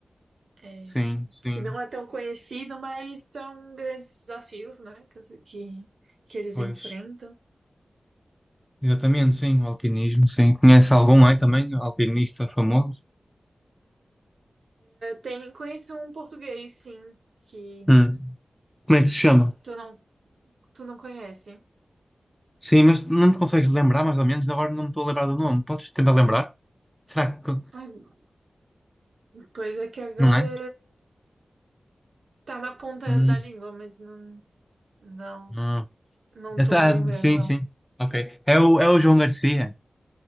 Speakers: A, on the right; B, in the centre.
A: é,
B: sim, sim,
A: que não é tão conhecido, mas são grandes desafios, né? Que, que, que eles
B: pois,
A: enfrentam.
B: exatamente, sim, o alpinismo, sim. Conhece algum aí também, alpinista famoso?
A: Tem, conheço um português, sim, que
B: Hum, como é que se chama?
A: tu não, tu não conhece.
B: Sim, mas não te consegues lembrar mais ou menos, agora não me estou a lembrar do nome. Podes tentar lembrar? Será que,
A: Ah, Pois é que agora
B: não é?
A: tá na ponta
B: Hum,
A: da língua, mas não, não,
B: hum.
A: não
B: Essa,
A: tô me lembrando,
B: sim,
A: não.
B: sim. Ok. É o, é o João Garcia.